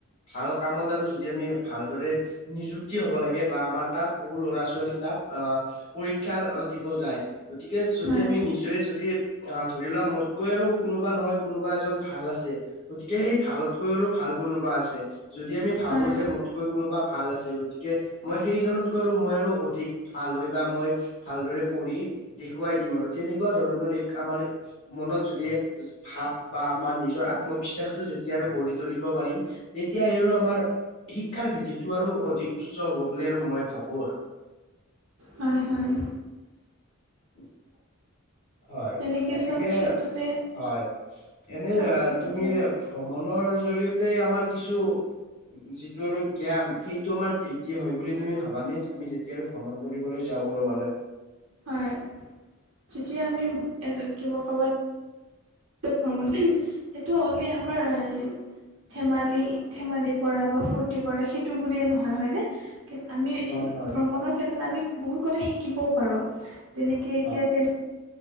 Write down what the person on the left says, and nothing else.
ভাল কামত আৰু যদি আমি ভালদৰে। নিযুক্তি হ'ব লাগে বা আমাৰ তাত বহু ল'ৰা ছোৱালী তাত আহ পৰীক্ষা দিব যায় গতিকে যদি
আমি নিজে যদি। অ ধৰি লোৱা মোতকৈ আৰু কোনোবা নহয় কোনোবা এজন ভাল আছে। গতিকে সেই ভালতকৈ আৰু ভাল কোনোবা আছে। যদি আমি ভাবো
যে মোতকৈ কোনোবা ভাল আছে গতিকে। মই সেইজনতকৈ আৰু মই আৰু অধিক ভাল হয় বা মই, ভালদৰে পঢ়ি দেখুৱাই দিম আৰু তেনেকুৱা ধৰণৰ এক আমাৰ। মনত যদি যি ভাৱ বা আমাৰ নিজৰ আত্মবিশ্বাসটো যেতিয়া আৰু গঢ়ি তুলিব পাৰিম তেতিয়া এই আৰু আমাৰ শিক্ষাৰ ভেটিটো আৰু অধিক উচ্চ হ'ব বুলি আৰু মই ভাবো।
<inaudible> হয়
গতিকে
হয় এনে
আ
তুমি
ভ্ৰমণৰ জৰিয়তে আমাৰ কিছু যিটো আৰু জ্ঞান সেইটো আমাৰ বৃদ্ধি হয় বুলি তুমি ভাবানে? আমি যেতিয়া আৰু ভ্ৰমণ কৰিবলৈ যাওঁ কৰবালৈ?
হয় হয়
হয়